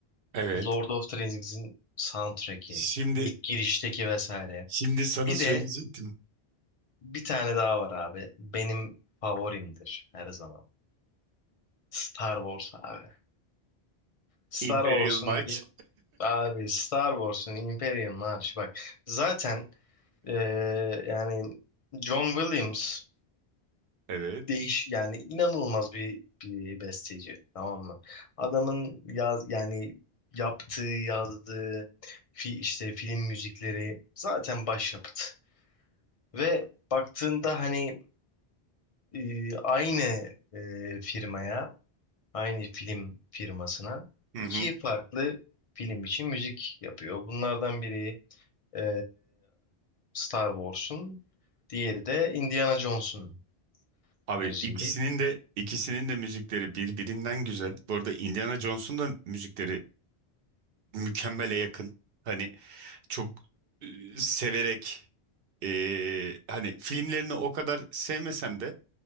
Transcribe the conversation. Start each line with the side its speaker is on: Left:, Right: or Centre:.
Right: Evet.
Left: Lord of the Rings'in soundtrack'i,
Right: Şimdi
Left: ilk girişteki vesaire.
Right: şimdi sana
Left: Bir
Right: söyleyecektim.
Left: de bir tane daha var abi. Benim favorimdir her zaman. Star Wars abi. Star
Right: Imperial
Left: Wars'un
Right: Might.
Left: bir abi Star Wars'un Imperium Marşı bak. Zaten eee, yani John Williams
Right: Evet.
Left: değiş yani inanılmaz bir bir besteci tamam mı? Adamın yaz yani yaptığı, yazdığı fi, işte film müzikleri zaten başyapıt. Ve baktığında hani e, aynı e, firmaya, aynı film firmasına
Right: Hı
Left: iki
Right: hı.
Left: farklı film için müzik yapıyor. Bunlardan biri e, Star Wars'un, diğeri de Indiana Jones'un
Right: Abi
Left: müziği.
Right: ikisinin de ikisinin de müzikleri birbirinden güzel. Bu arada Indiana Jones'un da müzikleri mükemmele yakın. Hani çok e, severek e, hani filmlerini o kadar sevmesem de